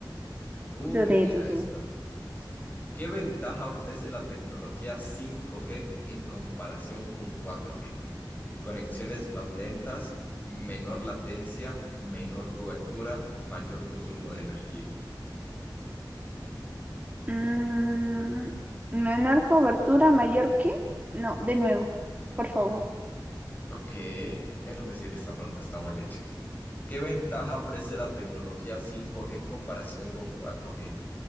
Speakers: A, on the left (about 20°); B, on the right (about 20°).
A: Uy,
B: dudé,
A: mira
B: dudé.
A: esta. ¿Qué ventaja ofrece la tecnología 5G en comparación con 4G? Conexiones más lentas, menor latencia, menor cobertura, mayor consumo de energía.
B: Mm, menor cobertura, mayor que. No, de nuevo, por favor.
A: Ok, es lo que decir que esta pregunta está mal hecha. ¿Qué ventaja ofrece la tecnología 5G en comparación con 4G?